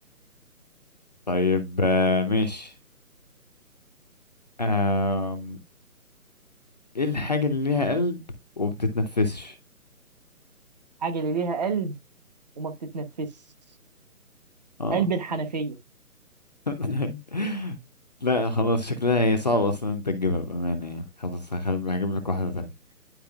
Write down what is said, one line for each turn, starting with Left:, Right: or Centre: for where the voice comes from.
Left: طيب آه، ماشي آه ايه الحاجة اللي ليها قلب وبتتنفسش
Right: حاجه اللي ليها قلب وما بتتنفس
Left: اه
Right: قلب الحنفيه
Left: <laughs> لا خلاص شكلها هي صعبة اصلا انت تجيبها بأمانة يعني خلاص هخل- هجيب لك واحدة تانية